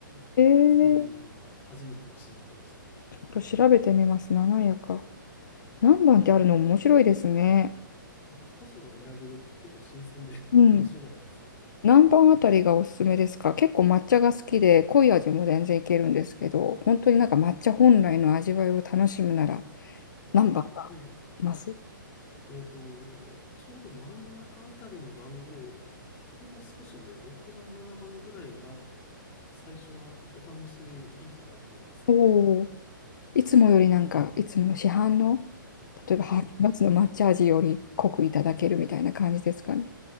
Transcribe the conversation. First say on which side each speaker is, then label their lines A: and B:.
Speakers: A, on the left; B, on the left.
A: <laughs>
B: えー、
A: そこに行ったのが初めての静岡でした。
B: ちょっと調べてみます。七夜か。何番ってあるの面白いですね。
A: なんか、こそが選べるって結構新鮮で
B: うん。
A: <laughs> 面白かったんですよね。
B: 何番あたりがおすすめですか結構抹茶が好きで、濃い味も全然いけるんですけど、本当になんか抹茶本来の味わいを楽しむなら、何番がいます
A: えーとね、えっと、ちょうど真ん中あたりの番号より、ほんの少し上、6番、7番ぐらいが、最初はお楽しみでいいかなと思いますね。
B: おおー。いつもよりなんか、いつもの市販の、例えばハーフ8ツの抹茶味より濃くいただけるみたいな感じですかね。
A: はい。